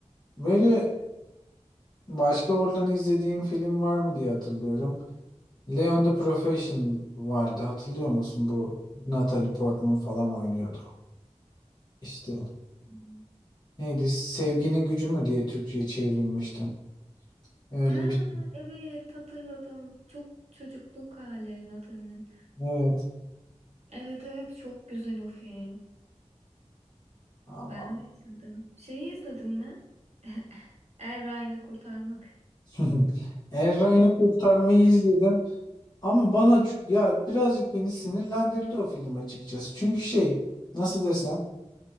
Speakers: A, on the left; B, on the right.
A: Böyle başka oradan izlediğim film var mı diye hatırlıyorum. Leon the Professional vardı hatırlıyor musun? Bu Natalie Portman falan oynuyordu. İşte
B: Hmm.
A: neydi? Sevginin gücü mü diye Türkçe'ye çevrilmişti. Öyle
B: Ha
A: bir şey.
B: evet hatırladım. Çok çocukluk hali Nathan'ın.
A: Evet
B: Evet evet çok güzel o film.
A: ama
B: Ben de izledim. Şeyi izledin mi? <laughs> Er Ryan'ı kurtarmak.
A: <laughs> Eray'ını kurtarmayı izledim. Ama bana ç- ya birazcık beni sinirlendirdi o film açıkçası. Çünkü şey nasıl desem